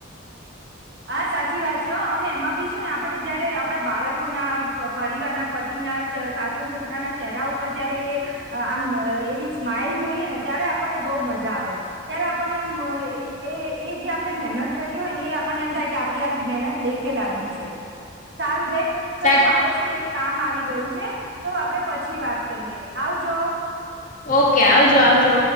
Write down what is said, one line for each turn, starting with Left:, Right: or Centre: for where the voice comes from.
Right: હા સાચી વાત છે અને એમાં બી છે ને આપડે જયારે આપડા બાળકો ના પરિવારના પત એના સાસુ, સસરા ના ચહેરા ઉપર જયારે આમ એવી સ્માઈલ જોઈએ ને ત્યારે આપ પને બઉ મજા આવે ત્યારે આપણને એ જે આપણે મહેનત કરી હોય ને એ આ એમ થાય કે આપ આ મહેનત લેખે લાગી છે સારું બેન ચલો
Left: સાચ
Right: મારે ને એક કામ આવી ગયું છે તો આપડે પછી વાત કરીએ આવજો.
Left: ઓકે આવજો આવજો.